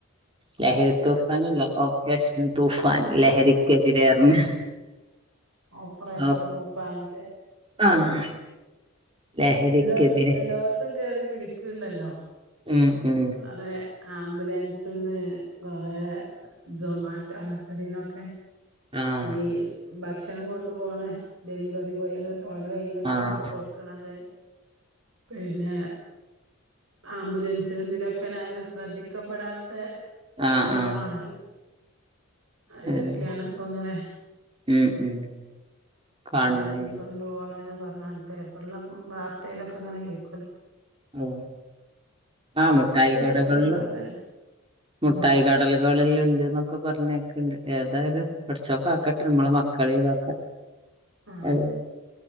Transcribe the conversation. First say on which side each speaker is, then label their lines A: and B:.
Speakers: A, on the right; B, on the right.
A: ലഹരി തൂഫാനല്ല ഓ റേഷേൻ തൂഫാൻ ലഹരിക്കെതിരെർഞ്
B: ഓപ്പറേഷൻ
A: നോ
B: തൂഫാനില്ലേ
A: ആഹ് ലഹരിക്കെതിരെ
B: എല്ലോ എല്ലോട്ത്തും കേറി പിടിക്ക്ണ്ടല്ലോ
A: ഉം ഉം
B: അതെ ആംബുലൻസ്ന്ന് കൊറെ ജൊമാറ്റോ അങ്ങൻത്തെതീന്നൊക്കെ
A: ആഹ്
B: ഈ ഭക്ഷണം കൊണ്ടു പോണെ ഡെലിവറി ബോയള് ഓലെ കൈയ്യിലൊക്കെണ്
A: ആഹ്
B: ഇപ്പൊ കൊട്ക്ക്ണത് പിന്നെ ആംബുലൻസിലും ഇതിലൊക്കെണ് ആരും ശ്രദ്ധിക്കപ്പെടാത്ത സ്ഥലങ്ങളാണല്ലോ
A: ആഹ് ആഹ്
B: അയിലൊക്കെണ്
A: അതെ
B: ഇപ്പൊങ്ങനെ
A: ഉം ഉം കാണുന്നേല്ല
B: കടത്തികൊണ്ട് പോണെന്ന് പർഞാണ്ട് പേപ്പർലൊക്ക വാർത്തെലൊക്ക ഇങ്ങനെ കേക്കല്ലോ
A: ഓ ആ മുട്ടായി കടകൾലും
B: ശ്രദ്ധിക്കാത്തല്ലേ
A: മുട്ടായി
B: ഉം
A: കട കളിലിണ്ട് ന്നൊക്ക പർഞെക്ക്ണ്ട് ഏതായാലും പട്ച്ചോൻ കാക്കട്ടെ നമ്മളെ മക്കളി ഇതൊക്കെ
B: <inaudible> ആഹ്
A: അ എ